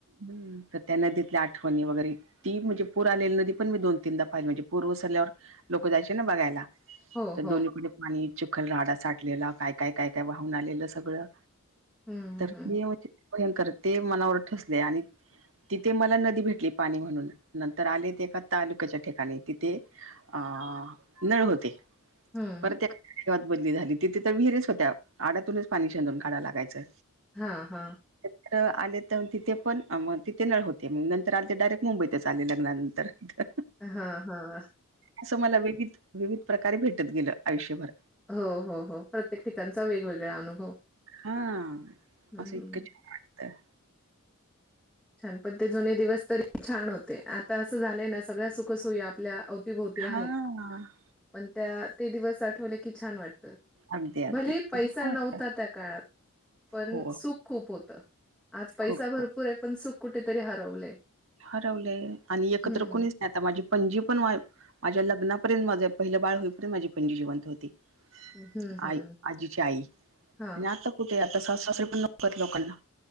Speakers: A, on the right (about 60°); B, in the centre.
A: हम्, त त्या नदीतल्या, आठवणी वगैरे ती म्हणजे, पूर आलेली नदी पण, मी दोन-तीनदा पाहिली, म्हणजे पूर ओसरल्यावर, लोकं जायचे ना, बघायला?
B: हो,
A: तर
B: हो.
A: दोन्हीकडे पाणी, चिखल राहडा साठलेला, काय- काय-काय-काय वाहून आलेलं, सगळं.
B: हं,
A: तर, ते
B: हं.
A: म्हणजे भयंकर, ते मनावर ठसलय, आणि तिथे मला नदी भेटली, पाणी म्हणून, नंतर आले, ते एका तालुक्याच्या ठिकाणी, तिथे अं, नळ होते.
B: हं.
A: परत एका <inaudible> वात बदली झाली, तिथे तर विहिरीच होत्या, आडातूनच पाणी शेंदून काडाय लागायचं.
B: हा हा.
A: <unintelligible> आले त, तिथे पण, अ म तिथे नळ होते, मग नंतर आले, ते डायरेक्ट मुंबईतच, आले लग्नानं तर.
B: हं हं.
A: असं मला, विविध-विविध प्रकारे भेटत गेलं, आयुष्यभर
B: हो हो हो, प्रत्येक ठिकाणचा, वेग-वेगळा अनुभव.
A: हां,
B: हं.
A: असं इतकं छान वाटतं.
B: छान, पण ते जुने दिवस, तरी छान होते, आता असं झालंय ना, सगळ्या सुखसोई आपल्या अव ती भोवती
A: हा
B: आहेत, पण त्या, ते दिवस आठवले की, छान वाटतं.
A: अगदी अगदी
B: भलेही
A: इतकं
B: पैसा
A: वाटतं
B: नव्हता, त्या काळात, पण
A: हो
B: सुख खूप होत, आज पैसा
A: खूप
B: भरपूर
A: खूप
B: ये, पण सुख कुठेतरी हरवलंय.
A: हरवलय आणि एकत्र
B: हं.
A: कूणीच <unintelligible> आता माझी पणजी पण, मा -माझ्या लग्नापर्यंत, माझ पहिलं बाळ होईपर्यंत, माझी पणजी जिवंत होती.
B: हं,
A: आई-आजीची
B: हं.
A: आई,
B: हां.
A: आणि आता कुठे आता, सासु-सासरे पण, नकोत लोकांना.